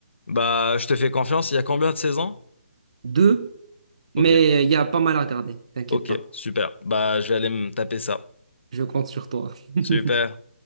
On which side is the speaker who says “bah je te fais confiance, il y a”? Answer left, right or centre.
Left